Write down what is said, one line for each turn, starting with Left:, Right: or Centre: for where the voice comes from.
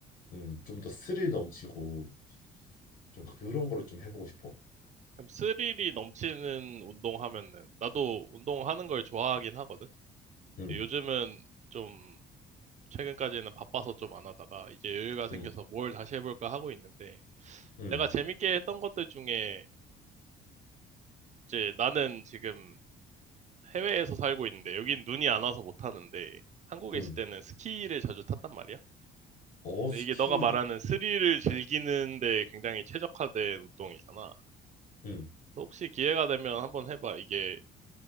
Left: 음, 좀 더 스릴 넘치고 좀 그런 거를 좀 해보고 싶어.
Right: 그럼 스릴이 넘치는 운동하면은 나도 운동하는 걸 좋아하긴 하거든.
Left: 음,
Right: 요즘은 좀 최근까지는 바빠서 좀 안 하다가 이제 여유가 생겨서
Left: 음,
Right: 뭘 다시 해볼까 하고 있는데
Left: 음,
Right: 내가 재밌게 했던 것들 중에 이제 나는 지금 해외에서 살고 있는데 여긴 눈이 안 와서 못 하는데 한국에
Left: 음.
Right: 있을 때는 스키를 자주 탔단 말이야.
Left: 어,
Right: 근데
Left: 스키.
Right: 이게 너가 말하는 스릴을 즐기는데 굉장히 최적화된 운동이잖아.
Left: 음,
Right: 혹시 기회가 되면 한번 해봐. 이게